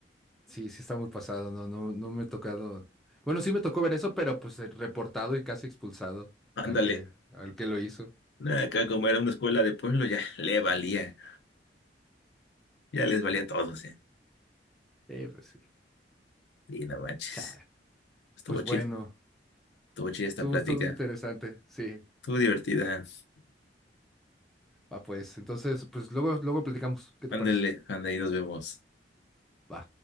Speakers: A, in the centre; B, on the left.
A: Sí, sí está muy pasado. No, no, no me he tocado. Bueno, sí me tocó ver eso, pero pues eh, reportado y casi expulsado
B: Ándale.
A: al que, al que lo hizo.
B: Nah, Acá como era una escuela de pueblo, ya le valía, ya les valía a todos, ¿eh?
A: Eh, pues sí.
B: Y no manches,
A: Chale.
B: estuvo
A: Pues
B: chido.
A: bueno,
B: Estuvo chida esta
A: estuvo,
B: plática.
A: estuvo interesante. Sí.
B: Estuvo divertida.
A: Va, pues. Entonces, pues luego, luego platicamos. ¿Qué te
B: Ándale,
A: parece?
B: anda y nos vemos.
A: Va.